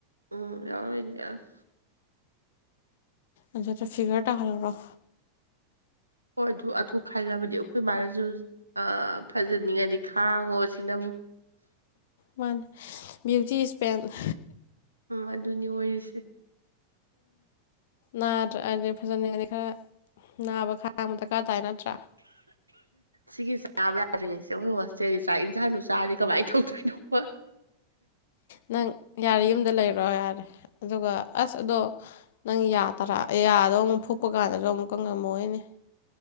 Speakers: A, on the right; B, on the left.
A: ꯎꯝ ꯌꯥꯎ ꯏꯌꯥ <inaudible>
B: ꯑꯗꯨꯗ ꯐꯤꯒꯔ ꯇꯥꯍꯜꯀ꯭ꯔꯣ
A: ꯍꯣꯏ ꯑꯗꯨ ꯑꯗꯨ ꯈꯜꯂꯕꯗꯤ ꯑꯩꯈꯣꯏ ꯃꯥꯅꯁꯨ ꯐꯖꯅꯤꯡꯉꯗꯤ ꯈꯥꯡꯉꯣ ꯁꯤꯅꯕꯨ
B: ꯃꯥ ꯕꯤꯌꯨꯇꯤ ꯏꯁꯄꯦꯟ <inaudible>
A: ꯎꯝ ꯑꯗꯨꯅꯤ ꯑꯣꯏꯔꯤꯁꯦ
B: ꯅꯥꯗ꯭ꯔ ꯍꯥꯏꯗꯤ ꯐꯖꯅꯤꯡꯉꯗꯤ ꯈꯔ ꯅꯥꯕ ꯈꯥꯡ ꯗꯔꯀꯥ꯭ꯔ ꯇꯥꯏ ꯅꯠꯇ꯭ꯔꯥ
A: ꯁꯤꯒꯤ ꯆꯥꯕ ꯌꯥꯗ꯭ꯔꯤꯉꯩꯁꯦ ꯑꯩꯈꯣꯏ ꯍꯣꯁꯇꯦꯜꯒꯤ ꯆꯥꯛ ꯌꯦꯟꯁꯥꯡꯗꯨ ꯆꯥꯔꯗꯤ ꯀꯃꯥꯏꯅ ꯇꯧꯗꯣꯏꯅꯣꯕ
B: ꯅꯪ ꯌꯥꯔꯦ ꯌꯨꯝꯗ ꯂꯩꯔꯣ ꯌꯥꯔꯦ ꯑꯗꯨꯒ ꯑꯁ ꯑꯗꯣ ꯅꯪ ꯌꯥ ꯇꯔꯥ ꯌꯥꯗꯣ ꯑꯃꯨꯛ ꯐꯨꯛꯄ ꯀꯥꯟꯗꯁꯨ ꯑꯃꯨꯛꯀ ꯉꯝꯃꯣꯏꯅꯦ